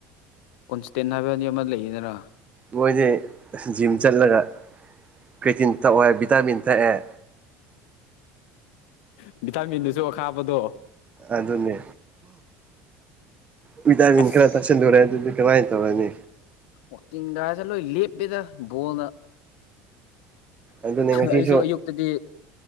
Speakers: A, on the left; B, on the right.
A: ꯀꯣꯟꯁꯇꯦꯟ ꯍꯥꯏꯕꯅꯤ ꯑꯃ ꯂꯩꯌꯦꯗꯅ
B: ꯃꯣꯏꯗꯤ ꯖꯤꯝ ꯆꯠꯂꯒ ꯀꯦꯇꯤꯟ ꯊꯛꯑꯦ ꯚꯤꯇꯥꯃꯤꯟ ꯊꯛꯑꯦ
A: ꯎ ꯚꯤꯇꯥꯃꯤꯟꯗꯨꯁꯨ ꯑꯈꯥꯕꯗꯣ
B: ꯑꯗꯨꯅꯦ ꯄꯤꯗꯥꯤꯟꯀꯔ
A: ꯑꯁ
B: ꯇꯁꯔ ꯀꯉꯥꯏ ꯇꯧꯅꯤ
A: ꯀꯋꯥꯛꯀꯤꯤꯡꯒꯁꯦ ꯂꯣꯏ ꯂꯦꯞꯄꯦꯗ ꯕꯣꯜꯅ
B: ꯑꯗꯨꯅꯦ ꯉꯁꯤꯁꯨ
A: ꯑꯩꯁꯨ ꯑꯌꯨꯛꯇꯗꯤ